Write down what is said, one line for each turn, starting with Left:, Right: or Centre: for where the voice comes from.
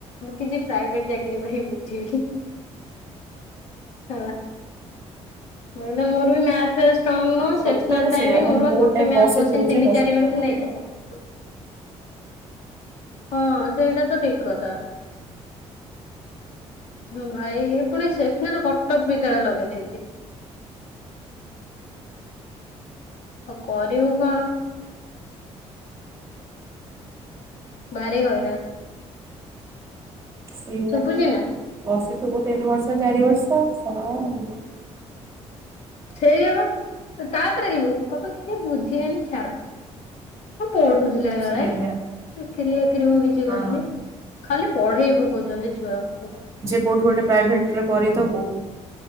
Left: କିଛି ପ୍ରାଇଭେଟ ଚାକିରୀ ପାଇଁ ବୁଝିବି। ହେଲା ଏଇନା ମୋର ବି ମାଥ ଆସ ଶୁଣୁନୁ
Right: ସତରେ
Left: ସେକ୍ସନାଲ ଟାଇମ
Right: ସେଇଆ ମାନେ
Left: ମୋରପା
Right: ବହୁତ
Left: ଗୋଟେ
Right: ଟାଇମ
Left: ମ୍ୟାଥ
Right: ବସିଥିବୁ
Left: କୋଶଚିନି
Right: ଯେ
Left: ତିନି
Right: ବସିଥିବୁ
Left: ଚାରି ମିନିଟ ନେଇଯାଏ। ହଁ ସେଇଟା ତ ଠିକ କଥା। ଭାଇ ପୁଣି ସେକ୍ସନାଲ କଟକ ପିକାର ଲଗେଇ ଦେଇଛି। ଓ କରିବୁ କଣ? ବାରି ହଇରା
Right: ସେଇଆ
Left: ଶୁଭୁଛି ନା
Right: ବସିଥିବୁ ତିନି ବର୍ଷ ଚାରି ବର୍ଷ ସରିଲା।
Left: ସେଇଆ ବା ତାପରେ ଲୋକ ତ କିଛି ବୁଝିବେନି ଛାଡ। ମୁଁ ପଢୁଥିଲା କାଳେ?
Right: ସେଇଆ
Left: ଚାକିରି ଆକିରି ମୁ କିଛି
Right: ହଁ
Left: କରୁନି। ଖାଲି ପଢେଇ ପକଉଛନ୍ତି ଛୁଆକୁ।
Right: କେଉଠୁ ଗୋଟେ ପ୍ରାଇଭେଟରେ କରିଦବୁ।